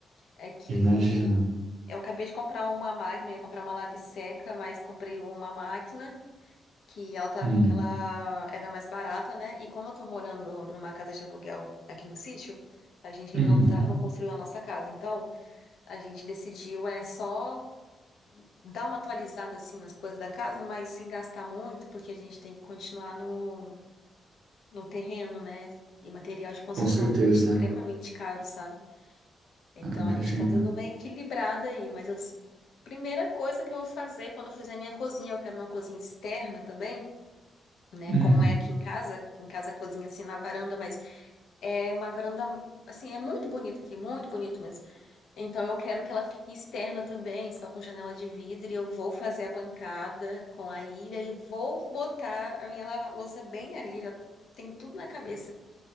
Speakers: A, on the left; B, on the right.
A: É que
B: imagina.
A: eu acabei de comprar uma máquina, eu ia comprar uma lave-seca, mas comprei uma máquina. que ela tava,
B: Hum,
A: que ela era mais barata, né? E como eu tô morando numa casa de aluguel aqui no sítio, a gente ainda
B: uhum,
A: não tá, não construiu a nossa casa. Então, a gente decidiu é só dar uma atualizada assim nas coisas da casa, mas sem gastar muito, porque a gente tem que continuar no no terreno, né? E material de construção
B: com certeza.
A: aqui é extremamente caro, sabe? Então,
B: Imagina.
A: a gente tá dando uma equilibrada aí, mas eu Primeira coisa que eu vou fazer quando eu fizer minha cozinha, eu quero uma cozinha externa também. né?
B: Hum,
A: Como é aqui em casa, aqui em casa cozinha assim na varanda, mas é uma varanda assim, é muito bonito aqui, muito bonito mesmo. Então eu quero que ela fique externa também, só com janela de vidro, e eu vou fazer a bancada com a ilha e vou botar a minha lava-louça bem ali, já tem tudo na cabeça.